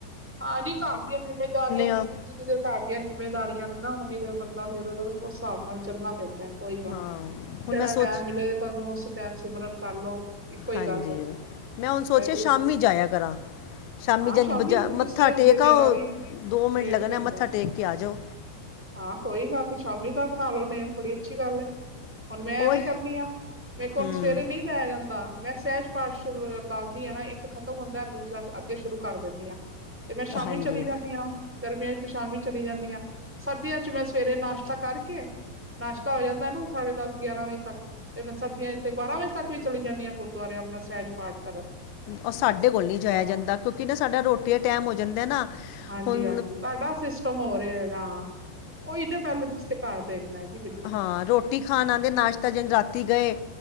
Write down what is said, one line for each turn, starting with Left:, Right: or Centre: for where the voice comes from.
Centre: ਹਾਂਜੀ ਕਾਰ ਦੀਆਂ ਜਿੰਮੇਦਾਰੀਆਂ
Left: ਆ
Centre: ਨੇ, ਜਿੰਨੀ ਦੇਰ ਘਰ ਦੀਆਂ ਜਿੰਮੇਦਾਰੀਆਂ ਨੇ ਨਾ, ਉਨੀ ਦੇਰ ਬੰਦਾ ਫੇਰ ਉਸ ਸਾਬ ਨਾਲ ਚੱਲਣਾ ਪੈਂਦਾ ਏ। ਕੋਈ ਗੱਲ
Left: ਹਾਂ
Centre: ਨੀ
Left: ਹੁਣ
Centre: ਜੇਹੜਾ
Left: ਮੈਂ ਸੋਚ
Centre: ਟੈਮ ਮਿਲੇ ਤੁਆਨੂੰ, ਉਸ ਟੈਮ ਸਿਮਰਨ ਕਰ ਲੋ, ਇੱਕੋ ਈ
Left: ਹਾਂਜੀ
Centre: ਗੱਲ ਹੈ ਜੀ।
Left: ਮੈਂ ਹੁਣ ਸੋਚਿਆ
Centre: ਵਾਹਿਗੁਰੂ
Left: ਸ਼ਾਮੀ
Centre: ਦਾ।
Left: ਜਾਇਆ ਕਰਾਂ, ਸ਼ਾਮੀ
Centre: ਹਾਂ
Left: ਜੰਜ ਬਜਾ
Centre: ਹੁਣ
Left: ਮ ਮੱਥਾ
Centre: ਤੁਸੀਂ ਹੁੰਦੇ
Left: ਟੇਕ
Centre: ਹਨੇਰਾ
Left: ਆਓ,
Centre: ਵੀ
Left: ਦੋ ਮਿੰਟ
Centre: ਲੇਟ
Left: ਲੱਗਣੇ,
Centre: ਪੈਂਦਾ
Left: ਮੱਥਾ ਟੇਕ ਕੇ ਆ ਜਾਓ।
Centre: ਹਾਂ ਕੋਈ ਗੱਲ ਨੀ, ਸ਼ਾਮੀ ਦਾ ਬਣਾ ਲੋ ਨੇਮ, ਬੜੀ ਅੱਛੀ ਗੱਲ ਏ। ਹੁਣ ਮੈਂ
Left: ਓਏ
Centre: ਐਵੇਂ ਈ ਕਰਨੀ ਆ, ਮੇਰੇ ਕੋਲ
Left: ਹਮ
Centre: ਹੁਣ ਸਵੇਰੇ ਨਈ ਜਾਇਆ ਜਾਂ ਦਾ, ਮੈਂ ਸਹਿਜ ਪਾਠ ਸ਼ੁਰੂ ਲਾਉਣੀ ਆ ਨਾ, ਇੱਕ ਖਤਮ ਹੁੰਦਾ, ਦੂਜਰਾ ਅੱਗੇ ਸ਼ੁਰੂ ਕਰ ਦੇਣੀ ਆ। ਤੇ ਮੈਂ ਸ਼ਾਮੀ
Left: ਹਾਂਜੀ
Centre: ਚਲੀ ਜਾਂਣੀ ਆ। ਗਰਮੀਆਂ ਇੱਚ ਤੇ ਸ਼ਾਮੀ ਚਲੀ ਜਾਣੀ ਆ, ਸਰਦੀਆਂ ਇੱਚ ਮੈਂ ਸਵੇਰੇ ਨਾਸ਼ਤਾ ਕਰਕੇ ਨਾਸ਼ਤਾ ਹੋ ਜਾਂਦਾ ਨਾ, ਸਾਢੇ ਦਸ ਗਿਆਰਾਂ ਵਜੇ ਤੱਕ। ਤੇ ਮੈਂ ਸਰਦੀਆਂ ਇੱਚ ਤੇ ਬਾਰਾਂ ਵਜੇ ਤੱਕ ਵੀ ਚਲੀ ਜਾਣੀ ਆ, ਗੁਰਦੁਵਾਰੇ ਆਪਣਾ ਸਹਿਜ ਪਾਠ ਕਰਨ।
Left: ਉਹ ਸਾਡੇ ਕੋਲ ਨਈ ਜਾਇਆ
Centre: ਹਾਂ
Left: ਜਾਂਦਾ, ਕਿਉਂਕਿ ਨਾ ਸਾਡਾ ਰੋਟੀ ਦਾ ਟੈਮ ਹੋ ਜਾਂਦਾ ਨਾ।
Centre: ਹਾਂਜੀ-ਹਾਂਜੀ
Left: ਹੁਣ
Centre: ਤੁਆਡਾ ਸਿਸਟਮ ਹੋਰ ਏ ਰਾ, ਓਈ ਨਾ ਪਹਿਲੇ ਤੁਸੀ ਤੇ ਕਾਰ ਦੇਖਣਾ ਜੀ ਬਿਲੁ
Left: ਹਾਂ ਰੋਟੀ ਖਾਣ ਆਦੇ, ਨਾਸ਼ਤਾ ਜਿੰਜ ਰਾਤੀ ਗਏ,